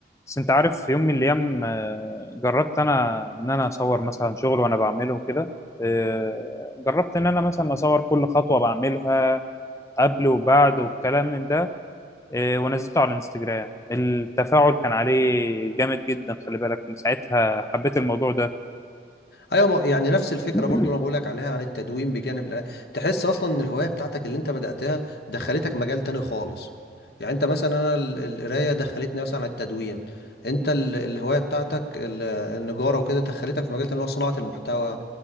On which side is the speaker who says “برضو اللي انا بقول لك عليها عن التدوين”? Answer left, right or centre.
Left